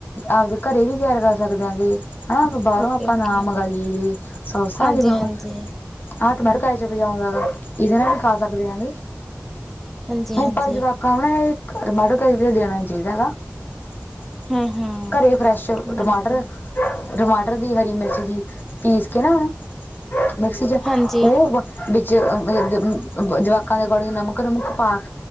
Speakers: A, on the left (about 45°); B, in the centre.
A: ਆਪਦੇ ਘਰੇ ਵੀ ਤਿਆਰ ਕਰ ਸਕਦੇ ਹੇਂਗੇ। ਹਨਾ ਬਾਹਰੋਂ
B: ਓਕੇ
A: ਆਪਾਂ
B: ਓਕੇ
A: ਨਾਂ ਮੰਗਾਈਏ ਜੇ ਸੋਸਾ
B: ਹਾਂਜੀ
A: ਜਿਵੇਂ ਹੁਣ
B: ਹਾਂਜੀ
A: ਆਹ ਟਮੈਰੋ ਕੈਚਪ ਜਿਆ ਹੈਗਾ, ਇਹਦੇ ਨਾਲ ਵੀ ਖਾ ਸਕਦੇ ਹੇਂਗੈ।
B: ਹਾਂਜੀ
A: ਹ
B: ਹਾਂਜੀ
A: ਪਰ ਜਵਾਕਾਂ ਨੂੰ ਨਾਂ ਇਹ ਟਮਾਟੋ ਕੈਚੱਪ ਦੇਣਾ ਨੀਂ ਚਾਹੀਦਾ ਹੈਗਾ। <unintelligible>
B: ਹਮ ਹਮ
A: ਘਰੇ ਫ੍ਰੈਸ਼
B: ਬਿਲਕੁਲ
A: ਟਮਾਟਰ <unintelligible> ਟਮਾਟਰ ਦੀ ਹਰੀ ਮਿਰਚ ਜੀ ਪੀਸ ਕੇ ਨਾ ਓਨੂੰ, ਮਿਕਸੀ ਚ
B: ਹਾਂਜੀ
A: ਓਹ ਬ ਬਿਚੇ ਅਂ ਮਲ ਜ, ਜਵਾਕਾਂ ਦੇ ਅਕੋਡਿੰਗ ਨਮਕ-ਨੁਮਕ ਪਾ ਕੇ